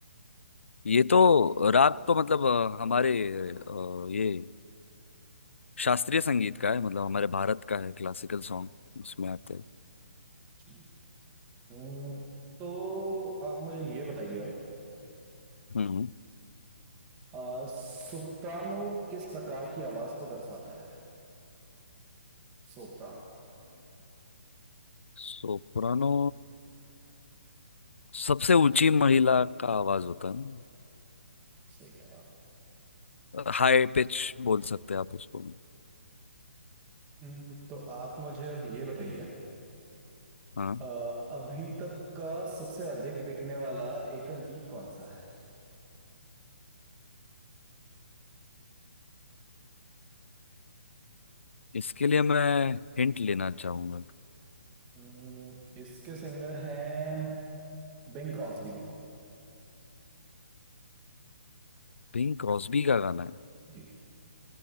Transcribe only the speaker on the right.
जी हम्म, तो आप मुझे ये बताइए अब
अ, सोप्रानो किस प्रकार की आवाज को दर्शाता है सोप्रानो
सही जवाब
हम्म, तो आप मुझे अब ये बताइए
अ, अभी तक का सबसे अधिक बिकने वाला एकल गीत कौन सा है
हम्म, इसके सिंगर हैं बिंग क्रॉस्बी
जी